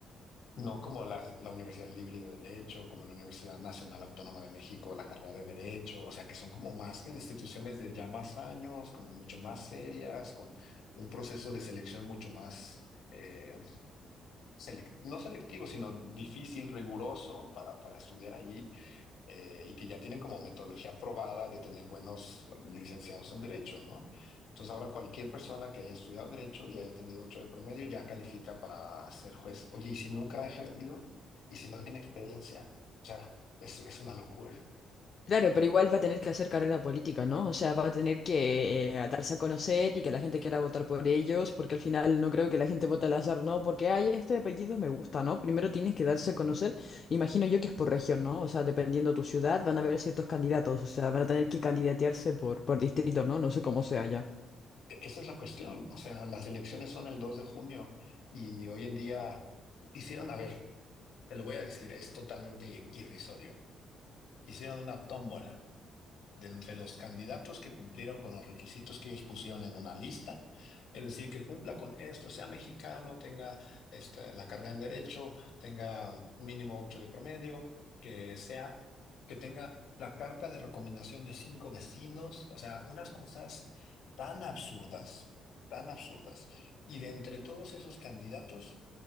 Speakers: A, on the left; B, on the left.
A: no como la, la Universidad Libre de Derecho, como la Universidad Nacional Autónoma de México, la carrera de Derecho, o sea, que son como más instituciones de ya más años, como mucho más serias, con un proceso de selección mucho más, eh, selec- no selectivo, sino difícil, riguroso para, para estudiar allí eh, y que ya tienen como metodología probada de tener buenos licenciados en derecho, ¿no? Entonces ahora cualquier persona que haya estudiado derecho y haya tenido 8 de promedio ya califica para ser juez. Oye, ¿y si nunca ha ejercido? ¿Y si no tiene experiencia? O sea, es, es una locura.
B: Claro, pero igual va a tener que hacer carrera política, ¿no? O sea, va a tener que eh, darse a conocer y que la gente quiera votar por ellos, porque al final no creo que la gente vote al azar, ¿no? Porque, ay, este apellido me gusta, ¿no? Primero tienen que darse a conocer, imagino yo que es por región, ¿no? O sea, dependiendo tu ciudad, van a haber ciertos candidatos, o sea, van a tener que candidatearse por, por distrito, ¿no? No sé cómo sea ya.
A: E- Esa es la cuestión. O sea, las elecciones son el 2 de junio y hoy en día hicieron, a ver, te lo voy a decir, es totalmente i- irrisorio. Hicieron una tómbola de entre los candidatos que cumplieron con los requisitos que ellos pusieron en una lista, es decir, que cumpla con esto, sea mexicano, tenga este, la carrera en derecho, tenga mínimo 8 de promedio, que sea, que tenga la carta de recomendación de cinco vecinos, o sea, unas cosas tan absurdas, tan absurdas. Y de entre todos esos candidatos